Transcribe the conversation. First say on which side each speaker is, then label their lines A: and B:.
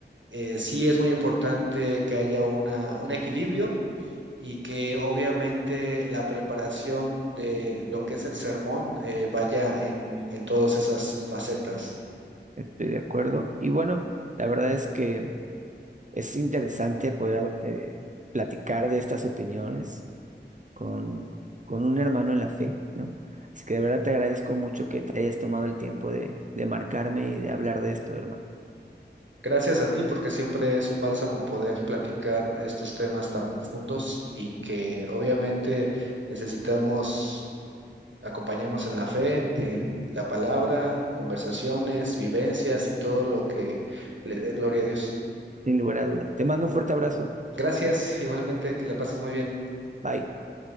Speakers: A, on the right; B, on the right.
A: eh, sí es muy importante que haya una, un equilibrio y que obviamente la preparación de lo que es el sermón eh, vaya en, en todas esas facetas.
B: Estoy de acuerdo. Y bueno, la verdad es que es interesante poder eh, platicar de estas opiniones. con, con un hermano en la fe, ¿no? Así que de verdad te agradezco mucho que te hayas tomado el tiempo de, de marcarme y de hablar de esto, hermano.
A: Gracias a ti, porque siempre es un bálsamo poder platicar estos temas tan profundos y que obviamente necesitamos acompañarnos en la fe, en la palabra, conversaciones, vivencias y todo lo que le dé gloria a Dios.
B: Sin lugar a duda. Te mando un fuerte abrazo.
A: Gracias, <laughs> igualmente, que la pases muy bien.
B: Bye.